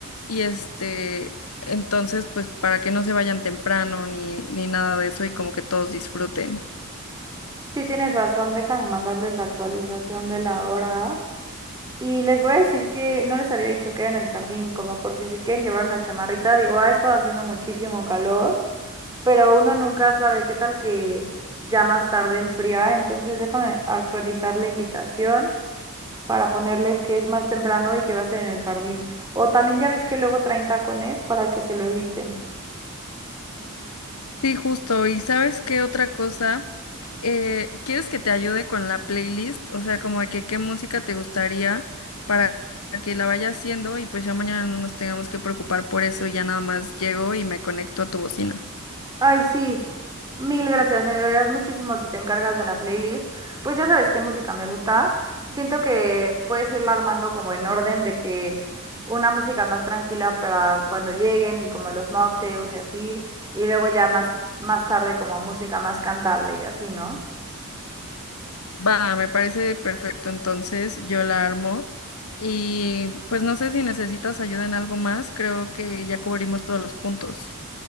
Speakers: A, on the left (about 80°); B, on the right (about 15°).
A: y este, entonces pues para que no se vayan temprano ni, ni nada de eso y como que todos disfruten.
B: Sí, tienes razón, déjame mandarles la actualización de la hora. Y les voy a decir que no les había dicho que era en el jardín, como por si se quieren llevar una chamarrita. Digo, ha estado haciendo muchísimo calor, pero uno nunca sabe qué tal que ya más tarde enfría. Entonces déjame actualizar la invitación. para ponerles que es más temprano y que va a ser en el jardín. O también ya ves que luego traen tacones para que se lo eviten.
A: Sí, justo. ¿Y sabes qué otra cosa? Eh, ¿quieres que te ayude con la playlist? O sea, como de que qué música te gustaría para que la vaya haciendo y pues ya mañana no nos tengamos que preocupar por eso. Ya nada más llego y me conecto a tu bocina.
B: Ay, sí, mil gracias, me ayudarás muchísimo si te encargas de la playlist. Pues ya sabes qué música me gusta. Siento que puedes irla armando como en orden de que una música más tranquila para cuando lleguen y como los mocktails y así, y luego ya más, más tarde como música más cantable y así, ¿no?
A: Va, me parece perfecto. Entonces yo la armo y pues no sé si necesitas ayuda en algo más. Creo que ya cubrimos todos los puntos.